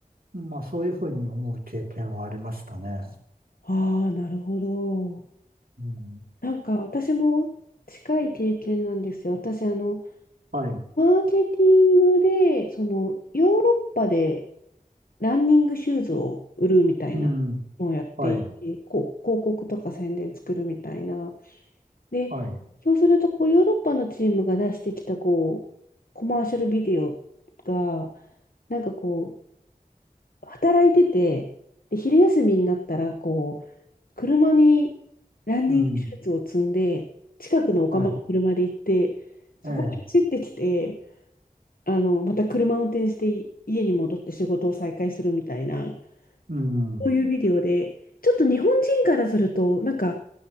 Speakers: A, on the right; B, on the left.
A: まあそういうふうに思う経験はありましたね。
B: ああ、なるほど。
A: うん。
B: なんか私も近い経験なんですよ。私、あの、
A: はい。
B: マーケティングで、その、ヨーロッパでランニングシューズを売るみたいなのをやっていて、
A: うん。はい。
B: こう広告とか宣伝作るみたいな。で、
A: はい。
B: そうするとこうヨーロッパのチームが出してきたこうコマーシャルビデオが、なんかこう、働いてて、で、昼休みになったら、こう、車にランニングシューズを積んで、
A: うん。
B: 近くのお釜の車で行って、
A: はい。
B: そこに走ってきて、
A: ええ。
B: あの、また車運転して家に戻って仕事を再開するみたいな。
A: うん。
B: こういうビデオで、ちょっと日本人からすると、なんか、